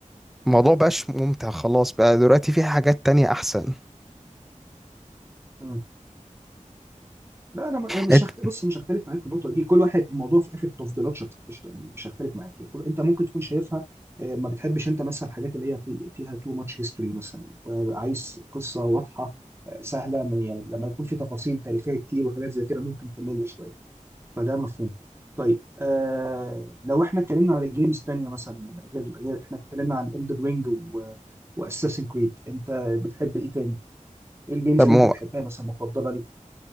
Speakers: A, in the centre; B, on the right (about 20°).
A: الموضوع بقاش ممتع خلاص بقى دلوقتي في حاجات تانية احسن
B: مم. لا انا م- انا مش
A: انت
B: هخت... بص مش هختلف معاك في النقطه دي كل واحد الموضوع في اخر تفضيلات شخصيه قشطة، يعني مش هختلف معاك كل... انت ممكن تكون شايفها آه، ما بتحبش انت مثلا الحاجات اللي هي في... فيها تو ماتش هيستوري مثلا انت عايز قصه واضحه آه، سهله ما- يعني لما يكون في تفاصيل تاريخيه كتير وحاجات زي كده ممكن تمل شويه فده مفهوم طيب آه لو احنا اتكلمنا على جيمز تانية مثلا غير غير احنا اتكلمنا عن Elden Ring و واساسن كريد انت بتحب ايه تاني؟ ايه الجيمز
A: طب
B: اللي
A: ما
B: انت بتحبها مثلا مفضله ليك؟